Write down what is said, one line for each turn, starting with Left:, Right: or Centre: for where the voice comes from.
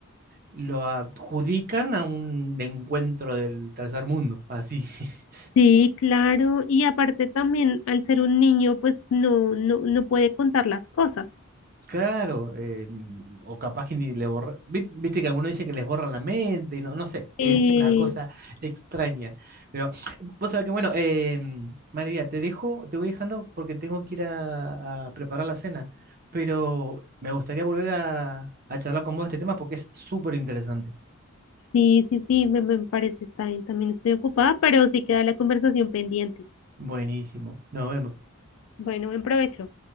Right: lo adjudican a un encuentro del tercer mundo, así. <laughs>
Left: Sí, claro. Y aparte también, al ser un niño, pues no, no, no puede contar las cosas.
Right: Claro, eh, o capaz que ni le borra. vi- Viste que algunos dicen que les borran la mente, y no, no sé,
Left: Eh,
Right: es una cosa extraña. Pero vos sabés que, bueno, em, María, te dejo, te voy dejando porque tengo que ir a, a preparar la cena. Pero me gustaría volver a, a charlar con vos de este tema porque es súper interesante.
Left: sí, sí, sí, me, me parece está bien. También estoy ocupada, pero sí queda la conversación pendiente.
Right: Buenísimo, nos vemos.
Left: Bueno, buen provecho.